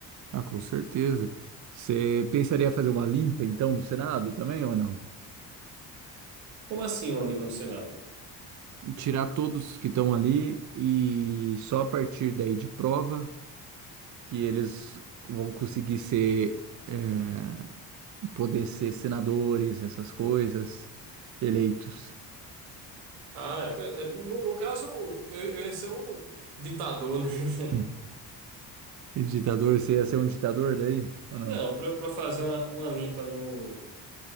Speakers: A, on the right; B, on the right.
A: Ah, com certeza. Você pensaria fazer uma limpa então no Senado também ou não?
B: Como assim uma limpa no Senado?
A: tirar todos que estão ali e só a partir daí de prova que eles vão conseguir ser, é, poder ser senadores, essas coisas, eleitos.
B: Ah, é, pe- é, no, no caso, eu, eu ia ser o ditador, né? <laughs>
A: Hum. E ditador, você ia ser um ditador daí? Ou não?
B: Não, para fazer uma, uma limpa no,